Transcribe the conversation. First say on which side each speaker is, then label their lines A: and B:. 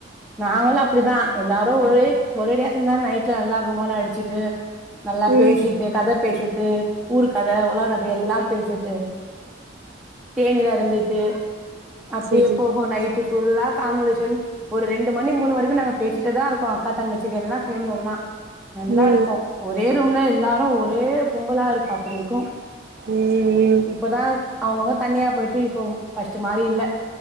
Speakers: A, in the centre; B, on the right.
A: நாங்களு அப்டிதா எல்லாரு ஒரே ஒரேடியா சேந்தா நைட்ல நல்லா எப்பவு போல அடிச்சிட்டு நல்லா
B: ம்
A: பேசிட்டு கத பேசிட்டு ஊர் கத உலக கத எல்லா பேசிட்டு தேனீலா அருந்துட்டு அப்டியே
B: செரி
A: போகு நைட்டு புல்லா கான்வர்சேஷன் ஒரு ரெண்டு மணி மூணு வரைக்கு நாங்க பேசிட்டுதா இருக்கோ அக்கா தங்கச்சிகலா சேந்து ஒன்னா நல்லாருக்கு
B: ம்
A: ஒரே ரூம்ல எல்லா ம் ஒரே கும்பலா இருப்போ அப்டி இருக்கு
B: ம் ம்
A: இப்பதா அவங்க அவங்க தணியா பொயிட்டு இப்போ பஸ்ட்டு இல்ல